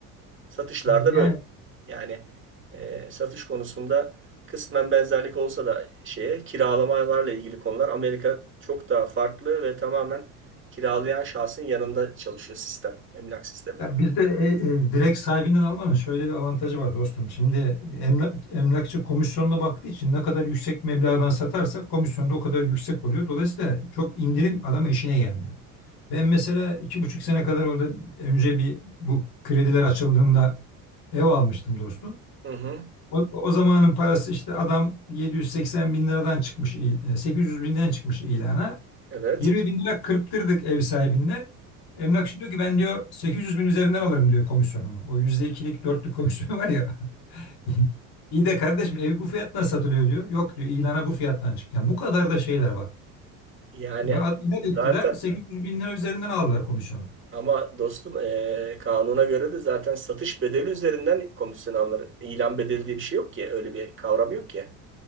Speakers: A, on the right; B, on the left.
A: Satışlarda
B: Yani
A: böyle. Yani e, satış konusunda kısmen benzerlik olsa da şeye kiralamalarla ilgili konular Amerika çok daha farklı ve tamamen kiralayan şahsın yanında çalışıyor sistem, emlak sistemi.
B: Ya bizde e, e, direkt sahibinden almanın şöyle bir avantajı var dostum. Şimdi emlak, emlakçı komisyonuna baktığı için ne kadar yüksek meblağdan satarsak komisyon da o kadar yüksek oluyor. Dolayısıyla çok indirim adamın işine gelmiyor. Ben mesela iki buçuk sene kadar orada önce bir bu krediler açıldığında ev almıştım dostum.
A: Hı hı,
B: O, o zamanın parası işte adam 780 bin liradan çıkmış, il- e, 800 binden çıkmış ilana.
A: evet.
B: 20 bin lira kırptırdık ev sahibinden. Emlakçı diyor ki ben diyor 800 bin üzerinden alırım diyor komisyonumu. O yüzde ikilik 4'lük komisyonu var ya. <laughs> İyi de kardeşim evi bu fiyattan satılıyor diyor. Yok diyor ilana bu fiyattan çık. Yani bu kadar da şeyler bak.
A: Yani
B: Ve ad- ne
A: zaten
B: ettiler? 800 bin lira üzerinden aldılar komisyonu.
A: ama dostum e, kanuna göre de zaten satış bedeli üzerinden komisyon alınır. İlan bedeli diye bir şey yok ki. Öyle bir kavram yok ki.